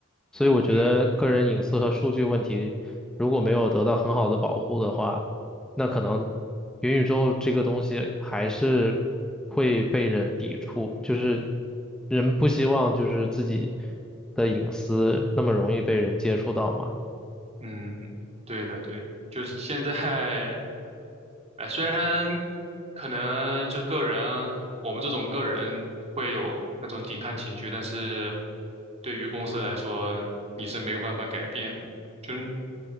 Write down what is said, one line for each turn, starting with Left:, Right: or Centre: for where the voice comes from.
Centre: 所以我觉得个人隐私和数据问题如果没有得到很好的保护的话，
Right: 嗯
Centre: 那可能元宇宙这个东西还是会被人抵触，就是人不希望就是自己的隐私那么容易被人接触到嘛。
Right: 嗯，对的对的就是现在，哎，虽然可能就是个人，我们这种个人会有那种抵抗情绪，但是对于公司来说，你是没有办法改变的，就是。